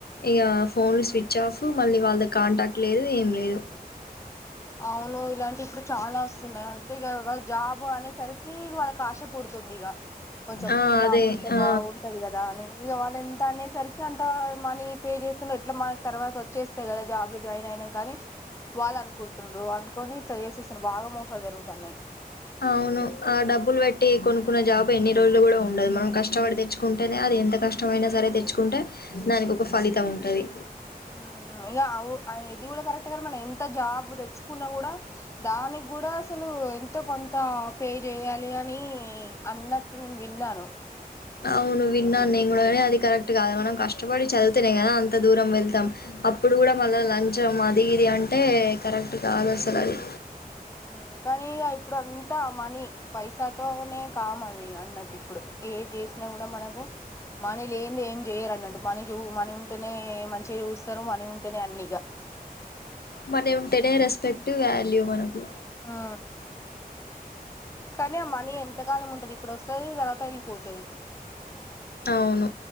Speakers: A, on the left; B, on the left.
A: ఇగ ఫోన్లు స్విచ్ ఆఫ్ మళ్ళీ వాళ్ళది కాంటాక్ట్ లేదు ఏం లేదు
B: అవును ఇలాంటివి ఇప్పుడు చాలా వసు వస్తున్నా అంటే ఇగ వాళ్లు జాబ్ అనేసరికి వాళ్ళకి ఆశ పుడుతుంది ఇగ కొంచెం
A: ఆ
B: జాబ్
A: అదే
B: ఉంటే
A: ఆ
B: బాగుంటది కదా అని ఇగ వాళ్ళ ఎంత అనేసరికి అంత మనీ పే చేస్తున్నా ఎట్లా మా తర్వాత వచ్చేస్తది కదా జాబ్ లో జాయిన్ అయిన కానీ వాళ్ల అ <unintelligible> అనుకొని చేసేసాను బాగా మోసాలు జరుగుతన్నాయి
A: అవును ఆ డబ్బులు పెట్టి కొనుక్కున్న జాబ్ ఎన్ని రోజులు కూడా ఉండదు మనం కష్టపడి తెచ్చుకుంటేనే అది ఎంత కష్టమైనా సరే తెచ్చుకుంటే దానికి ఒక ఫ్ లీతం ఉంటది
B: ఆ ఇంక అవు ఆయన ఇది కూడా కరెక్ట్ మన ఎంత జాబు తెచ్చుకున్నా కూడా దానికి కూడా అసలు ఎంతో కొంత ఆ పే చెయాలి అన్ని అన్నట్టు నేను విన్నాను
A: అవును విన్నా నేను కూడా అది కరెక్ట్ కాదు మనం కష్టపడి చదువుతేనే కదా అంత దూరం వెళ్తాం అప్పుడు కూడా మల్ల లంచం అది ఇది అంటే కరెక్ట్ కాదు అసలు అది
B: ఉమ్మ్ కానీ ఇక ఇప్పుడు అంతా మనీ పైసాతోనే కామది అన్నట్టు ఇప్పుడు ఏ చేసినా కూడా మనకు మనీ లేనింది ఏం చేయరున్నట్టు మనీ చూ మనీ ఉంటేనే మంచిగా చూస్తారు మనీ ఉంటేనే అని ఇగ
A: మన ఉంటేనే రెస్పెక్ట్ వాల్యూ మనకు
B: ఆ కాని అ మనీ ఎంతకాలం ఉంటది ఇప్పుడు వస్తుది తర్వాత ఇ పోతాది
A: అవును